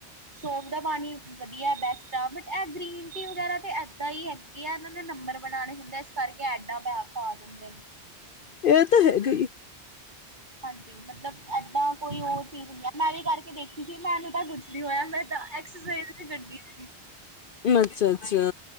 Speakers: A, on the right (about 45°); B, on the left (about 60°).
A: ਸੋਫ ਦਾ ਪਾਣੀ ਵਧੀਆ ਬੈਸਟ ਆ, ਬਟ ਐ ਗ੍ਰੀਨ ਟੀ ਵਗੈਰਾ ਤਾਂ ਏਦਾਂ ਈ ਐ। ਏ ਆ ਓਨਾਂ ਨੇ ਨੰਬਰ ਬਣਾਣੇ ਹੁੰਦੇ, ਇਸ ਕਰਕੇ ਐਡਾਂ ਪੈ ਪਾ ਦਿੰਦੇ ਨੇ।
B: ਏ ਤਾਂ ਹੈਗਾ ਈ।
A: ਹਾਂਜੀ ਮਤਲਬ ਏਦਾਂ ਕੋਈ ਹੋਰ ਚੀਜ਼ ਨੀ ਐ, ਮੈਂ ਵੀ ਕਰਕੇ ਦੇਖੀ ਸੀ ਮੈਨੂੰ ਤਾਂ ਕੁਛ ਨੀ ਹੋਇਆ। ਮੈਂ ਤਾਂ ਐਕਸਰਸਾਈਜ਼ ਵੀ ਕਰਦੀ। ਸੀ
B: ਅੱਛਾ- ਅੱਛਾ,